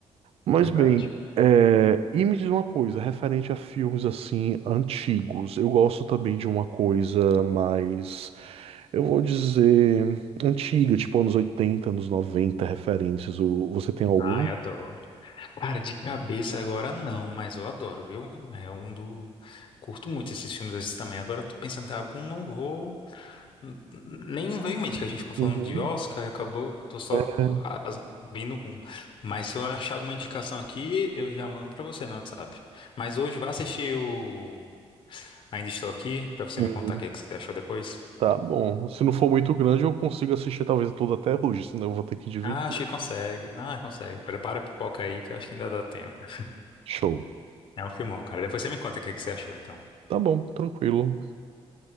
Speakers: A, on the right; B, on the left.
A: Mas
B: verdade.
A: bem, é, e me diz uma coisa, referente a filmes assim antigos, eu gosto também de uma coisa mais, eu vou dizer, antiga, tipo anos 80, anos 90, referências. O- Você tem alguma?
B: Ai, adoro. Cara, de cabeça agora não, mas eu adoro, viu? É um do. Curto muito esses filmes desses também. Agora eu tô pensando em algum, não vou. N- Nenhum veio em mente que a gente ficou falando
A: Uhum.
B: de Oscar, e acabou, tô só
A: É,
B: o, a- as- vindo com. Mas se eu achar alguma indicação aqui, eu já mando pra você no WhatsApp. Mas hoje vá assistir o Ainda Estou Aqui, pra você
A: Uhum.
B: me contar o que que você achou depois.
A: Tá bom. Se não for muito grande, eu consigo assistir talvez tudo até hoje, senão eu vou ter que dividir.
B: Ah, acho que consegue. Ah, consegue. Prepara a pipoca aí, que eu acho que ainda dá tempo.
A: Show.
B: É um filmão, cara. Depois você me conta o que que você achou, então.
A: Tá bom, tranquilo.